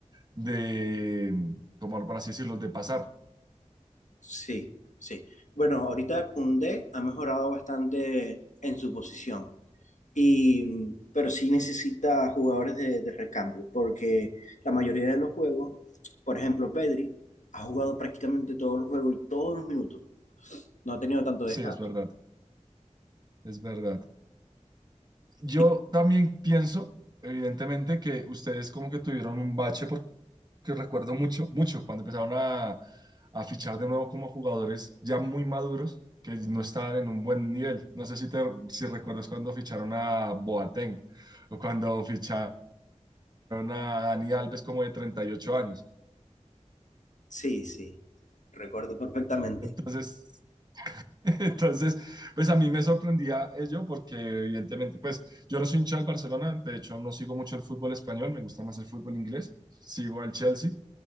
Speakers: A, on the right (about 35°); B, on the left (about 75°).
A: de como por así decirlo, de pasar.
B: Sí, sí. Bueno, ahorita Koundé ha mejorado bastante en su posición. Y, pero sí necesita jugadores de, de recambio, porque la mayoría de los juegos, por ejemplo, Pedri ha jugado prácticamente todos los juegos y todos los minutos. No ha tenido tanto
A: Sí,
B: descanso.
A: es verdad, es verdad. Yo
B: Y-
A: también pienso, evidentemente, que ustedes como que tuvieron un bache porque que recuerdo mucho, mucho, cuando empezaron a, a fichar de nuevo como jugadores ya muy maduros que no estaban en un buen nivel. No sé si, te, si recuerdas cuando ficharon a Boateng o cuando ficharon a Dani Alves como de 38 años.
B: Sí, sí, recuerdo perfectamente.
A: Entonces, <laughs> entonces, pues a mí me sorprendía ello porque evidentemente, pues yo no soy hincha del Barcelona, de hecho no sigo mucho el fútbol español, me gusta más el fútbol inglés, sigo al Chelsea,